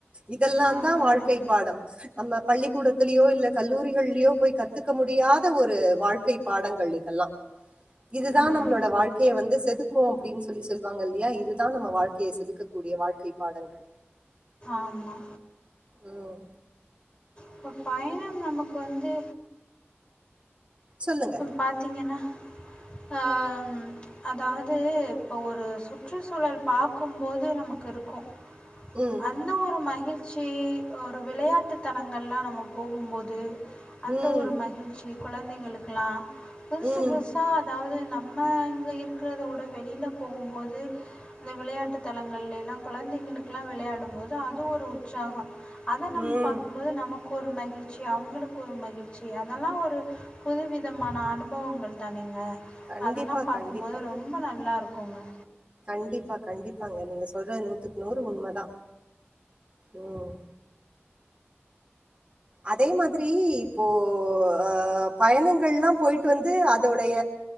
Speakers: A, on the right; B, on the left.
A: இதெல்லாம்
B: ம்.
A: தான் வாழ்க்கை பாடம் நம்ம பள்ளிக்கூடத்திலயோ இல்ல கல்லூரிகள்லயோ போய் கத்துக்க முடியாத ஒரு வாழ்க்கை பாடங்கள் இதெல்லா இதுதான்
B: ம்.
A: நம்மளோட வாழ்க்கைய வந்து செதுக் இருக்கும் அப்படின்னு சொல்லி சொல்லுவாங்க இல்லையா இதுதான் நம்ம வாழ்க்கையை செதுக்கக்கூடிய வாழ்க்கை பாடங்கள்.
B: ஆமா.
A: உம்
B: இப்போ பயணம் நமக்கு வந்து
A: சொல்லுங்க.
B: பாத்தீங்கன்னா அஹம் அதாவது இப்போ ஒரு சுற்றுச்சூழல் பார்க்கும்போது நமக்கு இருக்கும்
A: ம்,
B: அந்த ஒரு மகி மகிழ்ச்சி ஒரு விளையாட்டு தலங்கள்லாம் நம்ம போகும்போது அந்த
A: ம்,
B: ஒரு மகிழ்ச்சி குழந்தைங்களுக்கு க்கலா புதுசு
A: ம்,
B: புதுசா அதாவது நம்ம இங்க இருக்கிறத உட வெளியில போகும் போது இந்த விளையாட்டு தலங்கள்ல எல்லா குழந்தைங்களுக்குகெல்லாம் விளையாடும் போது அது ஒரு உற்சாகம். அத நம்ம
A: ம்.
B: பாக்கும்போது நமக் ஒரு மகிழ்ச்சி அவங்களுக்கு ஒரு மகிழ்ச்சி அதெல்லா ஒரு புதுவிதமான அனுபவங்கள் தானேங்க
A: கண்டிப்பா,
B: அதெல்லாம் பார்கக்கும்போது
A: கண்டிப்பா.
B: ரொம்ப நல்லா இருக்கும் போங்க
A: கண்டிப்பா கண்டிப்பாங்க நீங்க சொல்றது நூத்துக்கு நூறு உண்மைதான் ம் அதே மாதிரி இப்போ அஹ் பயணங்கள் எல்லாம் போயிட்டு வந்து அதோடய